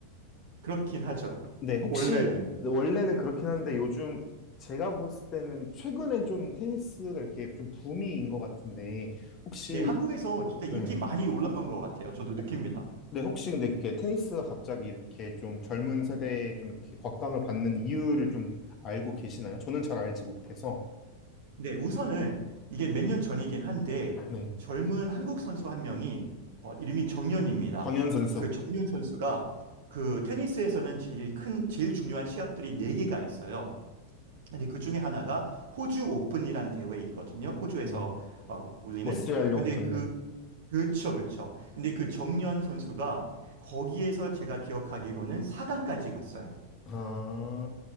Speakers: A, on the right; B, on the left.
A: 그렇긴 하죠.
B: 근데 혹시
A: 원래는.
B: 원래는 그렇긴 한데 요즘 제가 볼 때는 최근엔 좀 테니스가 이렇게 좀 붐인 것 같은데 혹시
A: 네, 한국에서 진짜 인기
B: 네,
A: 많이 올라간 것 같아요. 저도 느낍니다.
B: 혹- 네, 혹시 근데 이렇게 테니스가 갑자기 이렇게 좀 젊은 세대에 좀 이렇게 곽강을 받는 이유를 좀 알고 계시나요? 저는 잘 알지 못해서
A: 네, 우선은 이게 몇 년 전이긴 한데
B: 네,
A: 젊은 한국 선수 한 명이 어, 이름이 정연입니다
B: 정현 선수,
A: 그 정연 선수가 그 테니스에서는 제일 큰, 제일 중요한 시합들이 네개가 있어요. 근데 그 중에 하나가 호주 오픈이란 대회이거든요. 호주에서
B: 네,
A: 어, 올리는.
B: 오스트리아
A: 근데
B: 오픈데
A: 그, 그쵸, 그쵸. 근데 그 정연 선수가 거기에서 제가 기억하기로는 4강까지 갔어요.
B: 아,